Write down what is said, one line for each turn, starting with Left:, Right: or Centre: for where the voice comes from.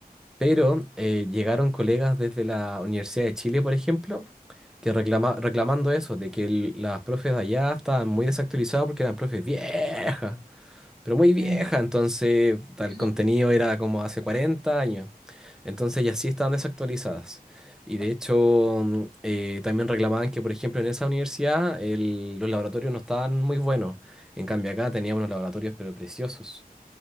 Centre: Pero eh, llegaron colegas desde la Universidad de Chile, por ejemplo, que reclama, reclamando eso, de que el- las profes de allá estaban muy desactualizadas porque eran profes viejas pero muy vieja,
Right: claro, claro.
Centre: entonces el
Right: <laughs>
Centre: contenido era como hace 40 años. Entonces ya sí estaban desactualizadas. Y de hecho mm, eh, también reclamaban que, por ejemplo, en esa universidad el- los laboratorios no estaban muy buenos. En cambio acá teníamos unos laboratorios pero preciosos.